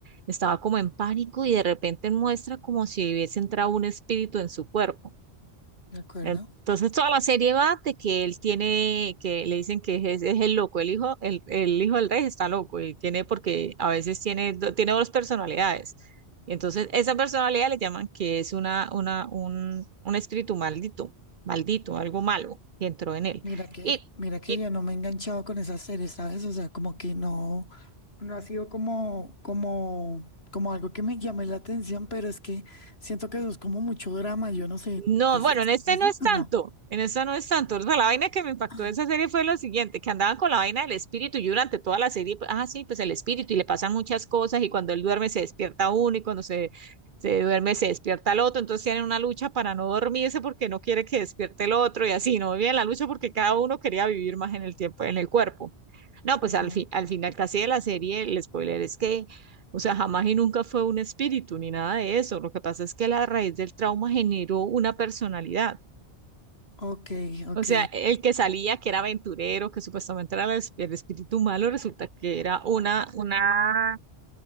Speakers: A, on the right (about 55°); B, on the left (about 65°).
A: estaba como en pánico y de repente muestra como si hubiese entrado un espíritu en su cuerpo.
B: de acuerdo.
A: Entonces toda la serie va de que él tiene, que le dicen que es, es el loco, el hijo, el, el hijo del rey está loco y tiene porque a veces tiene, do- tiene dos personalidades. entonces esa personalidad le llaman que es una, una, un, un espíritu maldito, maldito, algo malo que entró en él.
B: Mira que,
A: Y,
B: mira que
A: y
B: yo no me he enganchado con esas series, ¿sabes? O sea, como que no, no ha sido como, como, como algo que me llame la atención, pero es que siento que eso es como mucho drama, yo no sé,
A: No,
B: ¿es,
A: bueno,
B: es
A: en este
B: así
A: no es tanto,
B: o no?
A: en esta no es tanto. O sea, la vaina que me impactó
B: Ah,
A: de esa serie fue lo siguiente, que andaban con la vaina del espíritu y durante toda la serie, pues, ah, sí, pues el espíritu y le pasan muchas cosas y cuando él duerme se despierta uno y cuando se, se duerme se despierta el otro, entonces tienen una lucha para no dormirse porque no quiere que despierte el otro y así, no bien la lucha porque cada uno quería vivir más en el tiempo, en el cuerpo. No,
B: Ajá,
A: pues al fin, al final casi de la serie, el spoiler es que o sea, jamás y nunca fue un espíritu ni nada de eso. Lo que pasa es que la raíz del trauma generó una personalidad.
B: ok, ok.
A: O sea, el que salía, que era aventurero, que supuestamente era el, esp- el espíritu malo, resulta que era una, una